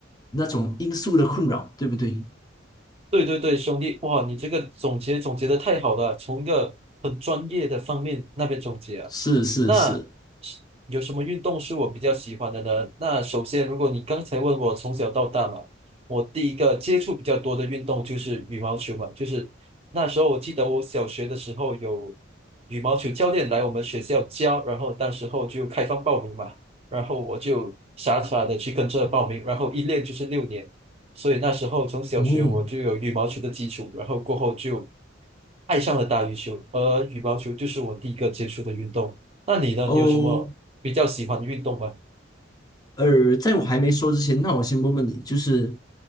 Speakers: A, on the left (about 20°); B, on the right (about 30°).
A: 那种因素的困扰，对不对？
B: 对对对，兄弟，哇，你这个总结总结的太好了，从一个很专业的方面那边总结啊。
A: 是是是，
B: 那有什么运动是我比较喜欢的呢？那首先，如果你刚才问我从小到大嘛，我第一个接触比较多的运动就是羽毛球嘛，就是那时候我记得我小学的时候有羽毛球教练来我们学校教，然后当时候就开放报名嘛，然后我就傻傻的去跟着报名，然后一练就是六年。所以那时候从小学我就有羽毛球的基础，
A: 嗯，
B: 然后过后就爱上了打羽球，而羽毛球就是我第一个接触的运动。那你呢？
A: 哦，
B: 你有什么比较喜欢的运动吗？
A: 呃，在我还没说之前，那我先问问你，就是